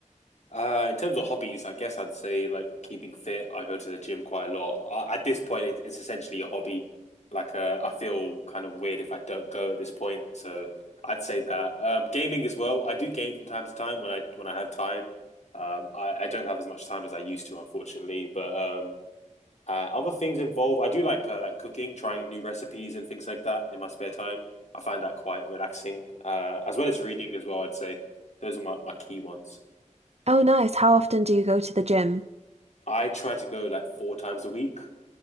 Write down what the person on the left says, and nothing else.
Uh, in terms of hobbies, I guess I'd say like keeping fit. I go to the gym quite a lot. I, at this point, it, it's essentially a hobby. Like, uh, I feel kind of weird if I don't go at this point. So I'd say that. Um, gaming as well. I do game from time to time when I when I have time. Um, I, I don't have as much time as I used to, unfortunately. But um, Uh, other things involve I do like uh, like cooking, trying new recipes and things like that in my spare time. I find that quite relaxing, uh, as well as reading as well. I'd say those are my, my key ones.
I try to go like four times a week.